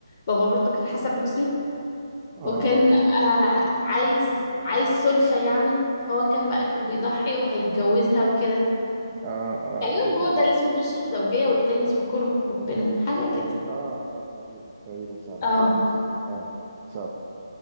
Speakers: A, on the left; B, on the right.
A: بابا برضو كان حسن حسني
B: اه
A: وكان آه عايز عايز سلفة يعني فهو كان بقى كان بيضحي وهيتجوزها وكده
B: اه اه
A: تقريبا
B: تقريبا
A: هو ده اللي اسمه غش الزوجية والتاني اسمه
B: اه
A: كون غير حبنا حاجة كده
B: اه تقريبا تقريبا فعلا
A: اه
B: تقريبا اه فعلا